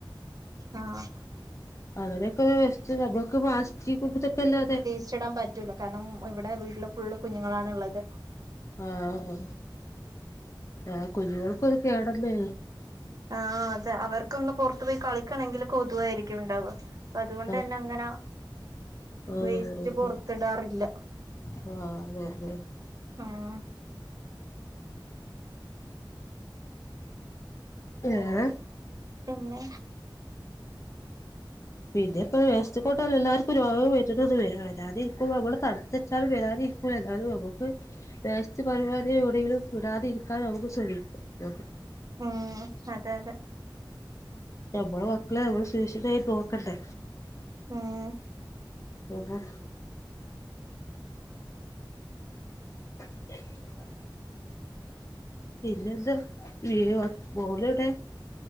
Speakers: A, on the right; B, on the left.
A: ആഹ്.
B: അങ്ങനക്ക ഒരു വസ്റ്റ്. നമ്മുക്ക് പാ സ്റ്റിക് <unintelligible> അല്ലാതെ-
A: ച്ചിടാൻ പറ്റൂല. കാരണം, ഇവിടെ വീട്ൽ ഫുള്ള് കുഞ്ഞുങ്ങളാ ണ്ള്ളത്.
B: ആഹ്, ആഹ്, കുഞ്ഞോൾക് ഒരു കേടല്ലേ?
A: ആ അതെ അവർക്കൊന്ന് പുറത്തു പോയി കളിക്കണങ്കിൽ കൊതുവായിരിക്കും ഇണ്ടാവ. പ്പതുകൊണ്ട്
B: ആഹ്
A: ന്ന അങ്ങന-
B: ആഹ്
A: വേസ്റ്റ്,
B: അതെ
A: പൊറ് ത്തിടാറില്ല.
B: ആഹ് അതെ അതെ
A: ആഹ്
B: ഏഹ്
A: പിന്നെ?
B: പിന്നെ ഇപ്പ വേസ്റ്റ് <unintelligible> എല്ലാർക്കും രോഗം വരുന്നത് വരും. വരാതിരിക്കു <unintelligible> നമ്മള് തടുത്തു വച്ചാലും വരാതിരി ഏതാലും നമുക്ക് വേസ്റ്റ് പരിപാടി എടെയെങ്കിലും ഇടാതിരിക്കാൻ നമുക്ക് ശ്രമിക്കാം നോക്കാം.
A: ഉം അതെ അതേ.
B: നമ്മളെ മക്കളെ നമ്മള് സുരക്ഷിതായി നോക്കണ്ടേ
A: ഉം
B: ഓഹോ <inaudible> പിന്നെന്താ <unintelligible> മോളെവിടെ